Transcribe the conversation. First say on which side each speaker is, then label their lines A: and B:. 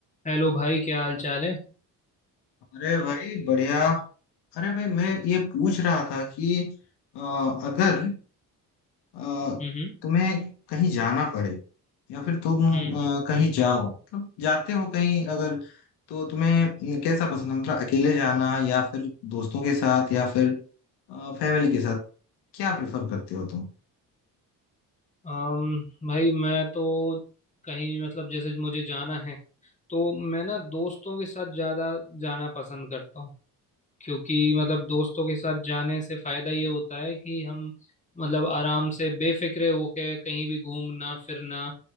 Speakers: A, on the left; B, on the left.
A: Hello भाई क्या हाल चाल है
B: अरे भाई बढ़िया अरे भाई मैं ये पूछ रहा था कि अ, अगर अ,
A: हम्म
B: तुम्हें कहीं जाना पड़े या फिर तुम
A: हम्म
B: अ, कहीं जाओ मतलब जाते हो कहीं अगर तो तुम्हें कैसा पसंद है मतलब अकेले जाना या फिर दोस्तों के साथ या फिर फैमिली के साथ क्या प्रेफर करते हो तुम
A: अम्म भाई मैं तो कहीं मतलब जैसे मुझे जाना है तो मैं ना दोस्तों के साथ ज़्यादा जाना पसंद करता हूँ क्योंकि मतलब दोस्तों के साथ जाने से फ़ायदा ये होता है कि हम मतलब आराम से बेफिक्रे होके कहीं भी घूमना फिरना